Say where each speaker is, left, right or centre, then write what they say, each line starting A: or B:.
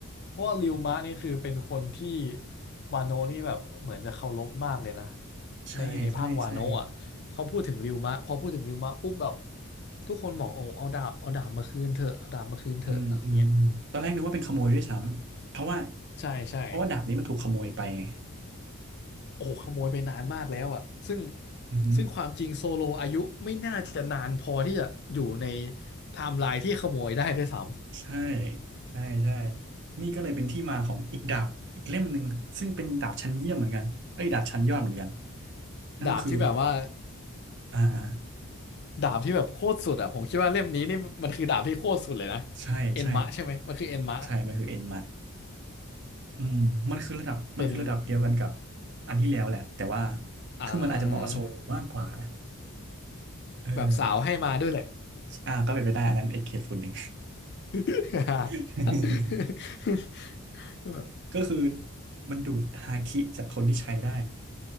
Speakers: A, on the left; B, on the right.
A: เพราะว่าริวมะนี่คือเป็นคนที่วาโนะนี่แบบเหมือนจะเคารพมากเลยนะ
B: ใช่ใช่ใช่
A: ในในภาควาโนะอ่ะเขาพูดถึงริวมะพอพูดถึงริวมะปุ๊บแบบทุกคนบอกโอ้เอาดาบเอาดาบมาคืนเถอะเอาดาบมาคืนเถอะอะไรเงี้ย
B: อืมอืมอืมตอนแรกนึกว่าเป็นขโมยด้วยซ้ำเพราะว่า
A: ใช่ใช่
B: เพราะว่าดาบนี้มันถูกขโมยไปไง
A: โอ้ขโมยไปนานมากแล้วอ่ะซึ่ง
B: อือฮึ
A: ซึ่งความจริงโซโลอายุไม่น่าจะนานพอที่จะอยู่ในไทม์ไลน์ที่ขโมยได้ด้วยซ้
B: ใช่ใช่ใช่นี่ก็เลยเป็นที่มาของอีกดาบอีกเล่มหนึ่งซึ่งเป็นดาบชั้นเยี่ยมเหมือนกันเอ้ยดาบชั้นยอดเหมือนกัน
A: ำดาบที่แบบว่า
B: นั่นก็คืออ่าอ่า
A: ดาบที่แบบโคตรสุดอ่ะผมคิดว่าเล่มนี้นี่มันคือดาบที่โคตรสุดเลยนะ
B: ใช่ใช่
A: เอ็นมะใช่ไหมมันคือเอ็นมะ
B: ใช่มันคือเอ็นมัดอืมมันคือระดับมันคือระดับเดียวกันกับ
A: เป็น
B: อันที่แล้วแหละแต่ว่า
A: อ่า
B: คือมันอาจจะเหมาะกับโซโลมากกว่านะเออ
A: แบบสาวให้มาด้วยแหละ
B: อ่าก็เป็นไปได้อันนั้นไอ้เคสฝุ่นหนึ่ง
A: <laughs>
B: <laughs>
A: แบบ
B: ก็คือมันดูดฮาคิจากคนที่ใช้ได้